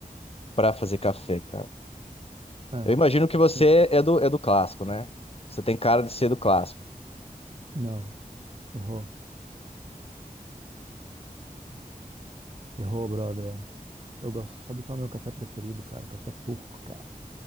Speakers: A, on the left; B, on the right.
A: para fazer café, cara.
B: É.
A: Eu imagino que você
B: quem-
A: é do, é do clássico, né? Você tem cara de ser do clássico.
B: Não, errou. Errou, brother. Eu gosto. Sabe qual é o meu café preferido, cara? Café turco, cara.